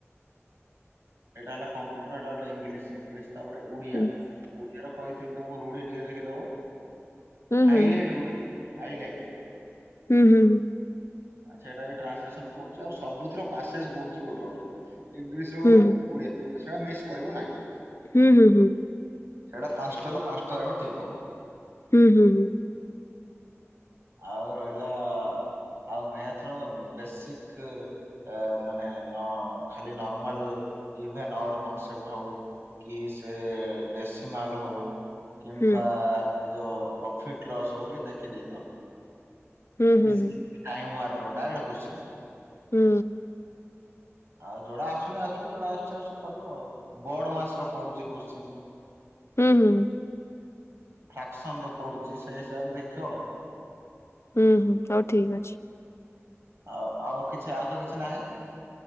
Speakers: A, on the right; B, on the left.
A: ଏଇଟା ହେଲା କମ୍ପ୍ୟୁଟର ଏଇଟା ହେଲା ଇଂଲିଶି ଇଂଲିଶି ତାପରେ ଓଡିଆ
B: ହୁଁ
A: ଓ ଡିଆରୁ କହିଥିଲି ତମକୁ ରୁଢି ଟିକେ ଦେଖିଦବ ହାଇଲାଇଟ୍
B: ହୁଁ
A: ରୁଢି ଦେଖିବ ହାଇଲାଇଟ୍।
B: ହୁଁ ହୁଁ ହୁଁ।
A: ଆଛା ଏଇଟା ବି ଟ୍ରାନ୍ସଲେସନ୍ ପଡୁଚି ଆଉ ସବୁଥିର ପାସେଜ ପଡୁଚି ଗୋଟେ ଗୋଟେ। ଇଂଲିଶର
B: ହୁଁ
A: ଗୋଟେ ଓଡିଆ ଗୋଟେ ସେଇଟା ମିସ୍ କରିବ ନାହିଁ।
B: ହୁଁ ହୁଁ ହୁଁ।
A: ସେଇଟା ପାଂଶଟାରୁ ପାଂଶଟା ଯାଗ ଠିକ୍ ହବ।
B: ହୁଁ ହୁଁ ହୁଁ।
A: ଆଉ ରହିଲା ଆଉ ମ୍ୟାଥର ବେସିକ୍। ଏ ମାନେ ନ ଖାଲି ନର୍ମାଲ ଇଭେନ୍ ଅଡ୍ କନସେପ୍ଟ ହଉ। କି ସେ ଡେସିମାଲ୍ ହଉ। କିମ୍ବା
B: ହୁଁ
A: ଏ ଯୋଉ ପ୍ରଫିଟ୍ ଲସ୍ ହଉ ଟିକେ ଦେଖିଦେଇ ଥବ।
B: ହୁଁ ହୁଁ ହୁଁ
A: ଇଜ୍
B: ହୁଁ।
A: ଟାଇମ୍ ୱାର୍କର ଡାଇରେକ୍ଟ କୋଶ୍ଚିନ୍।
B: ହୁଁ।
A: ଆଉ ଯୋଉଡା ଆସୁନି ଆସୁଚି ଯୋଉଡା ଆସୁଚି ଆସୁଚି କରିବ ଆଉ ବୋର୍ଡ ମାସର ପଡୁଚି କୋଶ୍ଚିନ୍।
B: ହୁଁ ହୁଁଁ ହୁଁ।
A: ଫ୍ରାକ୍ସନର ପଡୁଚି ସେଇ ହିସାବରେ ଦେଖିବ।
B: ହୁଁ ହୁଁ ହଉ ଠିକ୍ ଅଛି।
A: ଆଉ ଆଉ କିଛି ଆଉ ତ କିଛି ନାହିଁ।